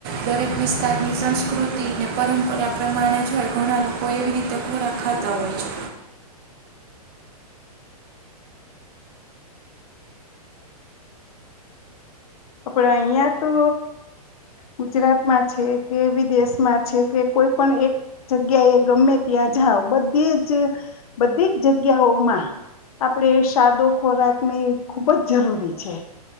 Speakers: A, on the right; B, on the left.
A: દરેક વિસ્તારની સંસ્કૃતિ ને પરંપરા પ્રમાણે છે ઘણા લોકો એવી રીતે ખોરાક ખાતા હોય છે
B: આપ અહિયાં તો ગુજરાતમાં છે કે વિદેશમાં છે કે કોઈ પણ એક જગ્યા એ ગમે ત્યાં જઓ બધી જ બધી જ જગ્યાઓમાં આપણેે સાદો ખોરાકની ખુબ જ જરૂરી છે